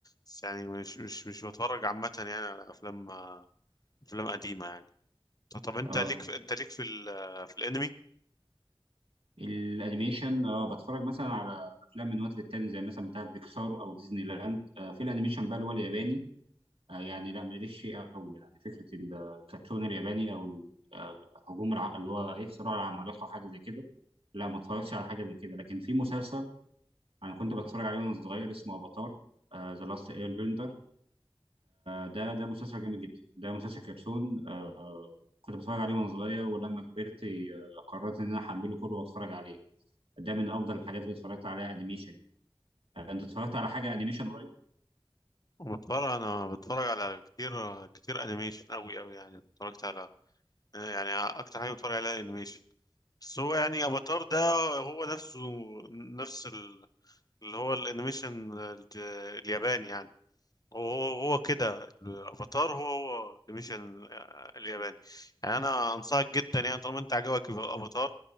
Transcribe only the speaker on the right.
اه
الانيميشن اه بتفرج مثلا على افلام من وقت للتاني زي مثلا بتاعت بيكسار او ديزني لاند آه في الانيميشن بقى اللي هو الياباني آه يعني لا ماليش فيه قوي يعني فكره الكرتون الياباني او ال- آه، هجوم الع... اللي هو ايه صراع العمالقه أو حاجه زي كده لا ما اتفرجتش على حاجه زي كده لكن في مسلسل انا كنت بتفرج عليه وانا صغير اسمه افاتار ذا لاست اير بندر ده ده مسلسل جامد جدا ده مسلسل كرتون آه كنت بتفرج عليه وانا صغير ولما كبرت آه، قررت ان انا احمله كله واتفرج عليه ده من افضل الحاجات اللي اتفرجت عليها انيميشن يعني آه، انت اتفرجت على حاجه انيميشن قريب